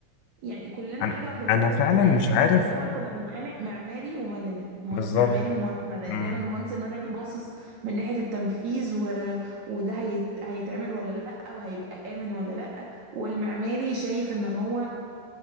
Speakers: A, on the right; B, on the left.
A: يعني كلنا
B: انا
A: حاجة واحدة بدل
B: انا فعلا
A: الخناقة
B: مش
A: احنا
B: عارف
A: الأول كنا بنتخانق معماري ومدني مهندس
B: بالظبط
A: معماري ومهندس مدني
B: امم
A: دايما المهندس المدني باصص من ناحية التنفيذ و... وده هيت... هيتعمل ولا لأ وهيبقى آمن ولا لأ والمعماري شايف ان هو